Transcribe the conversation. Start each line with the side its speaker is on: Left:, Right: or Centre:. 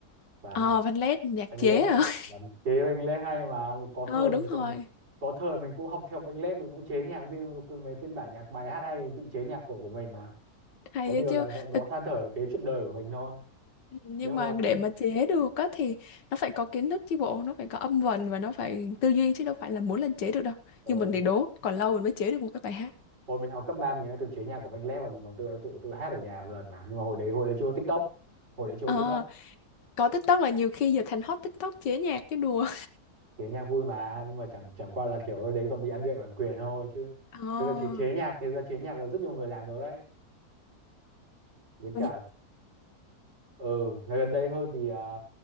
Right: và
Left: Ờ, Văn Lét, nhạc
Right: Anh
Left: chế
Right: Lét
Left: à?
Right: cũng
Left: <laughs>
Right: làm chế Anh Lét hay mà có
Left: Ừ,
Right: thời mình
Left: đúng
Right: còn
Left: rồi.
Right: có thời mình cũng học theo Anh Lét mình cũng chế nhạc riêng phiên- mấy phiên bản nhạc bài hát hay mình tự chế nhạc cổ của mình mà
Left: Hay
Right: có điều
Left: ấy chứ.
Right: là nó nó
Left: Thực
Right: than thở cái chuyện đời của mình thôi
Left: nhưng
Right: đấy hồi
Left: mà
Right: học
Left: để
Right: sinh
Left: mà chế được á thì nó phải có kiến thức chứ bộ nó phải có âm vần và nó phải tư duy chứ đâu phải là muốn lên chế được đâu
Right: ờ,
Left: nhưng mình thì đố còn lâu mình mới chế được một cái bài hát
Right: hồi mình học cấp ba mình đã từng chế nhạc của Anh Lét và mình còn tự tự tự hát ở nhà một lần mà nhưng mà hồi đấy hồi đấy chưa có TikTok hồi đấy chưa
Left: Ờ,
Right: có TikTok
Left: có TikTok là nhiều khi giờ thành hot TikTok chế nhạc chứ đùa
Right: chế nhạc vui mà nhưng mà chẳng chẳng qua là kiểu đấy còn bị ăn gậy bản quyền thôi chứ
Left: Ờ,
Right: thực ra chế, chế nhạc thực ra chế nhạc là rất nhiều người làm được đấy với cả
Left: nhưng-
Right: ờ ngày gần đây hơn thì à,